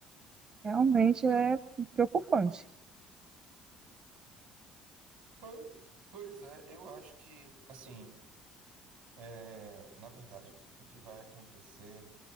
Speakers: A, on the right; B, on the right.
A: Realmente é preocupante.
B: Pois pois é, eu acho que, assim, É, na verdade, o que vai acontecer,